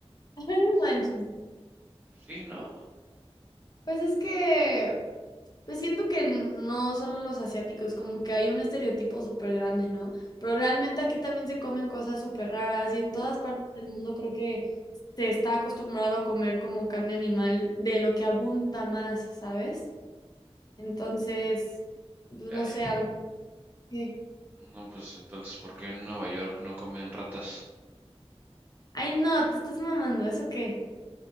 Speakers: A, on the left; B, on the right.
A: <laughs> No
B: es-
A: manches.
B: sí, ¿no?
A: Pues es que Pues siento que no solo los asiáticos, como que hay un estereotipo súper grande, ¿no? Pero realmente aquí también se comen cosas súper raras y en todas partes del mundo creo que se está acostumbrado a comer como carne animal de lo que abunda más, ¿sabes? Entonces, pues
B: Ay,
A: no sé, algo que...
B: no, pues entonces ¿por qué en Nueva York no comen ratas?
A: Ay, no, te estás mamando, ¿eso qué?